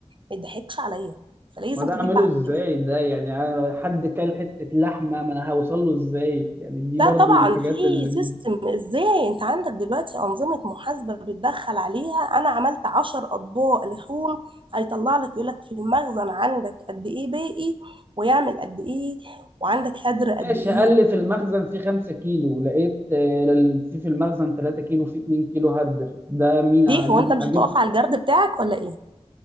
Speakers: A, on the right; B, on the right.
A: ما يضحكش عليا فلازم
B: ما ده
A: تجيب
B: اعمله
A: بعد
B: ازاي
A: كده
B: ده يعني انا حد كل حته لحمه ما انا هوصل له ازاي يعني دي برضو
A: لا طبعا
B: من الحاجات
A: في
B: اللي مز...
A: سيستم ازاي انت عندك دلوقتي انظمه محاسبه بتدخل عليها انا عملت عشر اطباق لحوم هيطلع لك يقول لك في المخزن عندك قد ايه باقي ويعمل قد ايه وعندك هدر قد
B: ماشي
A: ايه
B: قال لي في المخزن في 5 كيلو لقيت آه، في في المخزن 3 كيلو في 2 كيلو هدر ده مين
A: ليه
B: هجيب
A: هو انت مش
B: اجيب
A: هتقف على الجرد بتاعك ولا ايه